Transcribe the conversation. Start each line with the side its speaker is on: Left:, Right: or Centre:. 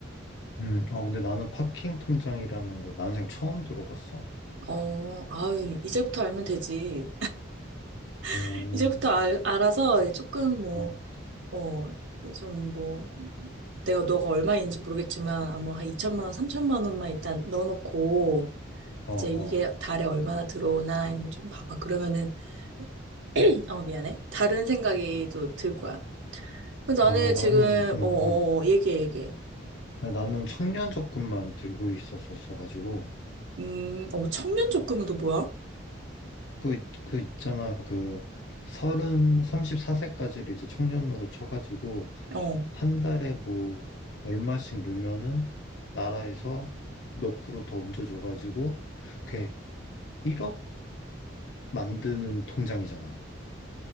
Left: 음, 어, 근데 나는 파킹 통장이라는 걸 난생 처음 들어봤어.
Right: 어, 아유, 이제부터 알면 되지.
Left: 오,
Right: <laughs> 이제부터 알, 알아서 조금 뭐,
Left: 어,
Right: 어, 좀 뭐, 내가 너가 얼마 있는지 모르겠지만, 아마 한 2천만 원, 3천만 원만 일단 넣어놓고,
Left: 어, 어.
Right: 이제 이게 달에 얼마나 들어오나 이런 거 좀 봐봐. 그러면은, <clears throat> 어, 미안해. 다른 생각이 또 들 거야. 근데 나는
Left: 어, 나는,
Right: 지금,
Left: 음,
Right: 어, 어,
Left: 음.
Right: 어, 얘기해, 얘기해.
Left: 아, 나는 청년 적금만 들고 있었었어가지고,
Right: 음, 어, 청년 적금도 뭐야?
Left: 그, 그 있잖아, 그, 서른, 34세까지를 이제 청년으로 쳐가지고,
Right: 어.
Left: 한 달에 뭐, 얼마씩 넣으면은, 나라에서 몇 프로 더 얹어줘가지고, 그게 1억 만드는 통장이잖아.